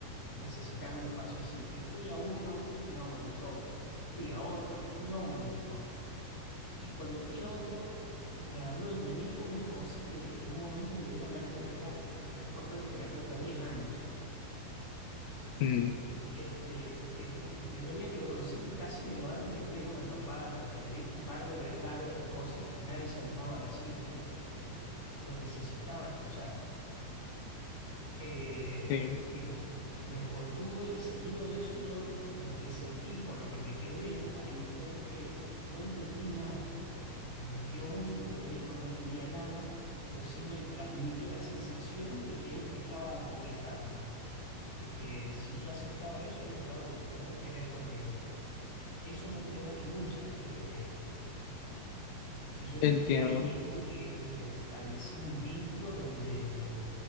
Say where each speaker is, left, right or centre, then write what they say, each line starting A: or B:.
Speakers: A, on the left; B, on the left.
A: necesitaba un espacio así. Y fui a uno, no me gustó, fui a otro, no me gustó. Y cuando fui a otro, me habló y me dijo unas cosas que en un momento me dieron ganas de pegarle, que después fue mi terapeuta 10 años.
B: mm,
A: El, este, el, el primer día que lo conocí, me, casi me levanto y le pego una trompada porque me dijo un par de verdades y cosas que nadie se animaba a decirme, que yo necesitaba escuchar. Eh,
B: sí,
A: y de- me contuve y seguido de eso, yo lo que sentí, por lo que me quedé ahí, fue porque no entendí nada, porque me hirió mucho lo que me dijo, no entendía nada, pero sí me transmitió la sensación de que él me estaba acobijando, de que si yo aceptaba eso, él estaba dispuesto a pelear conmigo. Eso no te lo da ningún chat GPT. Y yo me
B: entiendo.
A: quedé ahí y, tuve, y y establecí un vínculo donde